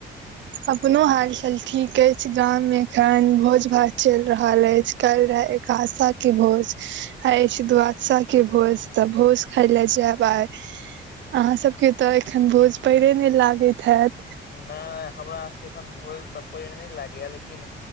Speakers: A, on the right; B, on the left.
A: अपनो हालचाल ठीक अइछ गाम में एखन भोज-भात चइल रहल अइछ कैल रहै एकादसा के भोज आइ अइछ दुवादशा के भोज तऽ भोज खाय लै जैब आइ अहाँ सबके तऽ एखन भोज पइरे नै लागैत हैत
B: नै हमरासबके एखन भोज तऽ पइर नै लागैया लेकिन